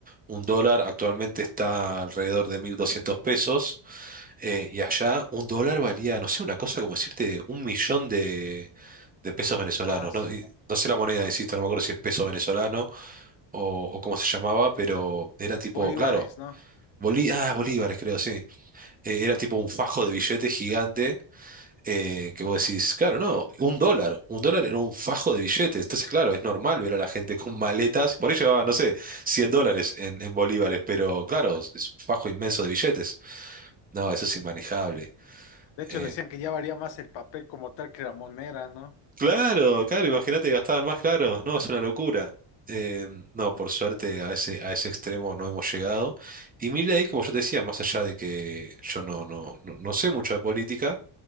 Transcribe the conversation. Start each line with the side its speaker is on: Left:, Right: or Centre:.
Right: un dólar actualmente está alrededor de 1.200 pesos, eh, y allá un dólar valía, no sé, una cosa como decirte un millón de, de pesos venezolanos,
Left: Ah, su-
Right: ¿no? Y no sé la moneda, insisto, no me acuerdo si es peso venezolano o, o cómo se llamaba, pero era tipo,
Left: bolívares,
Right: claro,
Left: ¿no?
Right: bolí, ah, bolívares creo, sí, Eh, era tipo un fajo de billetes gigante eh, que vos decís, claro, no, un dólar, un dólar era un fajo de billetes, entonces claro, es normal ver a la gente con maletas, por ahí llevaba, no sé, 100 dólares en, en bolívares, pero claro, es un fajo inmenso de billetes, no, eso es inmanejable.
Left: De hecho
Right: Eh,
Left: decían que ya valía más el papel como tal que la moneda, ¿no?
Right: claro, claro, imagínate que gastaban más, claro, no, es una locura. Eh, no, por suerte a ese, a ese extremo no hemos llegado. Y Milei, como yo te decía, más allá de que yo no, no, no, no sé mucho de política,